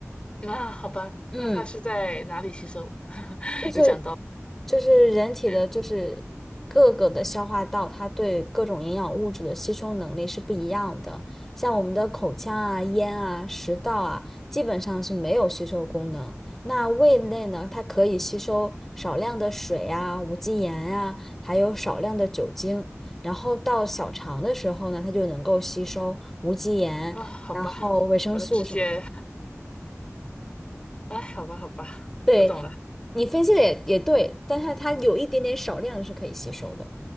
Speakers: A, on the left (about 20°); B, in the centre.
A: 那好吧，
B: 嗯，
A: 那他是在哪里吸收？<laughs>
B: 就是
A: 有讲到，
B: 就是人体的，
A: 嗯
B: 就是各个的消化道，它对各种营养物质的吸收能力是不一样的。像我们的口腔啊、咽啊、食道啊，基本上是没有吸收功能。那胃内呢，它可以吸收少量的水啊、无机盐啊，还有少量的酒精。然后到小肠的时候呢，它就能够吸收无机盐，
A: 啊，好吧，
B: 然后维生素什么的。
A: 我的直觉，哎，好吧，好吧，
B: 对，
A: 我懂了。
B: 你分析的也也对，但是它有一点点少量是可以吸收的。